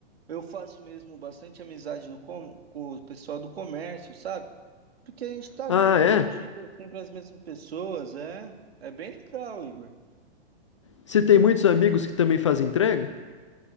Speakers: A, on the right; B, on the left.
A: Eu faço mesmo bastante amizade no com, com o pessoal do comércio, sabe? Porque a gente tá ali
B: "Ah,
A: todo
B: é?
A: dia, sempre as mesmas pessoas, é. É bem legal, Igor.
B: Você tem muitos amigos que também fazem entrega?